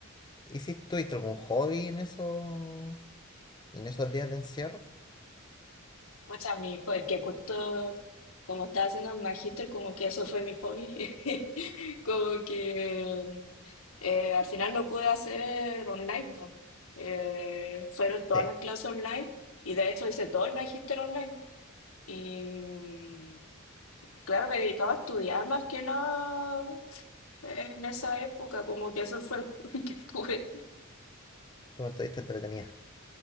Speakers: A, on the left; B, on the left.
A: ¿Y si tuviste algún hobby en eso, en esos días de encierro?
B: Escucha, mi hijo, es que justo como estaba haciendo el magíster, como que eso fue mi hobby. <laughs> Como que Eh, al final lo pude hacer online. po. Eh, fueron todas
A: Sí,
B: las clases online y de hecho hice todo el magister online. Y mm, claro, me dedicaba a estudiar más que nada eh, en esa época, como que eso fue lo <laughs> hobby que tuve.
A: como estuviste entretenida.